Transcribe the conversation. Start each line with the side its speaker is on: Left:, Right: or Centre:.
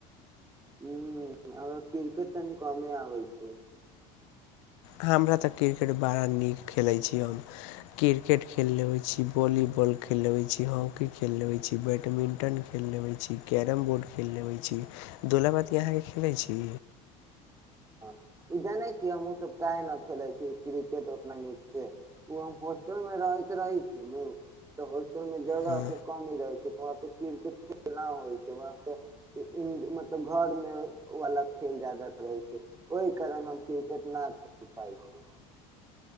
Right: ह ह करिकेट तनी कमे आै छै।
Left: हमरा तऽ क्रिकेट बड़ा नीक खेलै छी हम क्रिकेट खेल लेबै छी वॉलीबॉल खेल लेबै छी हॉकी खेल लेबै छी बैडमिंटन खेल लेबै छी कैरम बोर्ड खेल लेबै छी दुोल बाती अहाँके खेलैत छी।
Right: ई जानै छिय हम ओ सब काह न खेले छी क्रिकेट उतना नीक से ओ हम होॉस्टल मे रहैत रहे छी त ओहिमे जगह
Left: हँ
Right: के कमी रहै छै वहाँ पे क्रिकेट खेलना होइ छै वहाँ पे मतलब घर मे वाला खेल जााद रहै छै ओहि कारण हम क्रिकेट न ख पाय छी